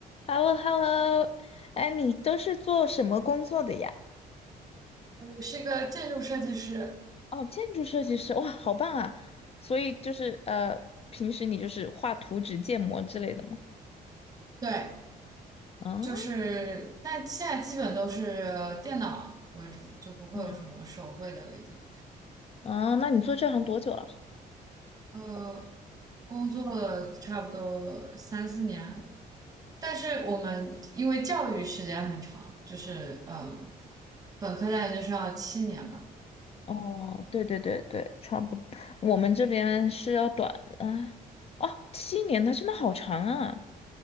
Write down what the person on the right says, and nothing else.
我是一个建筑设计师，
对，
就是，但现在基本都是电脑为主，就不会有什么手绘的了，
已经。
呃，工作了差不多三四年，但是我们因为教育时间很长，就是嗯，本科在研就是要七年嘛，